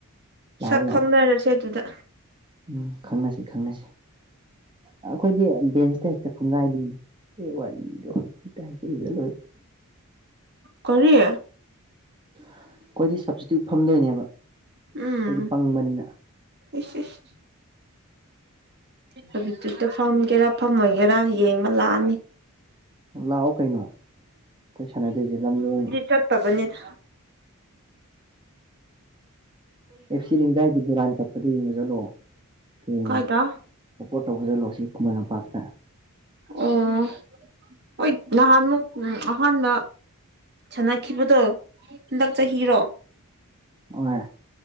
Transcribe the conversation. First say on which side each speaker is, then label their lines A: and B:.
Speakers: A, on the right; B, on the right.
A: ꯂꯥꯛꯑꯣ
B: ꯁꯛ
A: ꯂꯥꯛꯑꯣ
B: ꯈꯪꯅꯔꯁꯦ ꯑꯗꯨꯗ
A: ꯎꯝ ꯈꯪꯅꯁꯤ ꯈꯪꯅꯁꯤ꯫ ꯑꯩꯈꯣꯏꯗꯤ ꯕꯦꯟꯁꯇ ꯍꯦꯛꯇ ꯐꯪꯒꯥꯏꯗꯅꯤ ꯑꯩ ꯋꯥꯔꯤꯗꯣ ꯍꯦꯛꯇ ꯍꯩꯖꯤꯜꯂꯒ ꯂꯣꯏ
B: ꯀꯔꯤ
A: ꯑꯩꯈꯣꯏꯗꯤ ꯁꯞꯇꯤꯇꯨꯠꯇ ꯐꯝꯗꯣꯏꯅꯦꯕ
B: ꯎꯝ
A: ꯑꯩꯈꯣꯏꯗꯤ ꯄꯪꯕꯅꯤꯅ
B: ꯏꯁꯁ ꯁꯞꯇꯤꯇꯨꯠꯇ ꯐꯝꯒꯦꯔꯥ ꯐꯝꯃꯣꯏꯒꯦꯔꯥ ꯌꯦꯡꯕ ꯂꯥꯛꯑꯅꯤ꯫
A: ꯂꯥꯛꯑꯣ ꯀꯩꯅꯣ ꯑꯩꯈꯣꯏ ꯁꯥꯟꯅꯗꯣꯏꯁꯦ ꯂꯝꯂꯨꯅ
B: ꯆꯠꯇꯕ ꯅꯤꯗ
A: ꯑꯦꯐꯁꯤ ꯁꯤꯔꯤꯖ ꯍꯥꯏꯒꯦ ꯗꯨꯔꯥꯟ ꯀꯞ ꯑꯗꯨ ꯌꯡꯕ ꯆꯠꯂꯣ ꯐꯦꯟ
B: ꯀꯥꯏꯗ
A: ꯑꯞꯄꯣꯠ ꯇꯧꯕ ꯆꯠꯂꯣ ꯁꯤ ꯈꯨꯃꯟ ꯂꯝꯄꯥꯛꯇ
B: ꯑꯣ ꯍꯣꯏ ꯅꯍꯥꯟꯃꯨꯛ ꯑꯍꯥꯟꯕ ꯁꯥꯟꯅꯈꯤꯕꯗꯣ ꯍꯟꯗꯛ ꯆꯍꯤꯔꯣ
A: ꯑꯣ